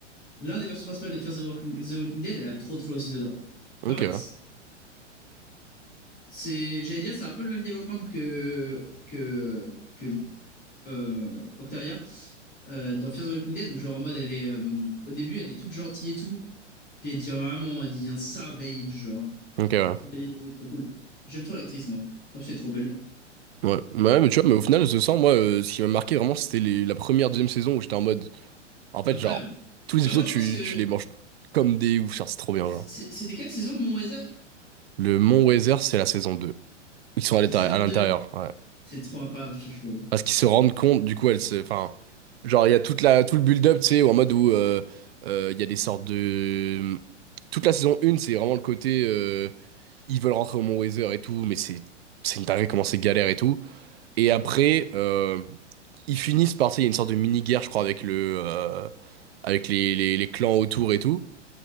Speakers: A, on the left (about 25°); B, on the right (about 55°).
A: l'un des personnages principaux de Fear the Walking, the Walking Dead. Elle a trop de flow aussi dedans.
B: Ok,
A: Bah, en fait,
B: ouais.
A: c'est, j'allais dire, c'est un peu le même développement que, que, que euh, Octavia euh, dans Fear the Walking Dead, où genre en mode, elle est, euh, au début, elle est toute gentille et tout, puis elle devient vraiment, elle devient savage, genre.
B: Ok, ouais.
A: Mais Elle est, elle est trop cool. J'aime trop l'actrice, moi. En plus, elle est trop belle.
B: Ouais. Bah Ouais, mais tu vois, mais au final, je sens, moi, euh, ce qui m'a marqué vraiment, c'était les- la première, deuxième saison où j'étais en mode. En fait,
A: Incroyable.
B: genre, tous les
A: Bah,
B: épisodes,
A: moi, je
B: tu,
A: pense que
B: tu les manges comme des ouf, genre, c'est trop bien,
A: c'est-
B: genre.
A: c'était quelle saison de Mon Weather?
B: Le Mont Weather, c'est la saison 2. Ils sont à
A: C'est
B: l'intérieur,
A: saison
B: à
A: 2.
B: l'intérieur, ouais.
A: C'est trop incroyable, je trouve.
B: Parce qu'ils se rendent compte, du coup, elle se, enfin, genre, il y a toute la, tout le build-up, tu sais, en mode où euh, euh, il y a des sortes de... Toute la saison 1, c'est vraiment le côté, euh, ils veulent rentrer au Mont Weather et tout, mais c'est, c'est une dinguerie comment c'est galère et tout. Et après, euh, ils finissent par, tu sais, il y a une sorte de mini-guerre, je crois, avec le, euh, avec les, les, les clans autour et tout.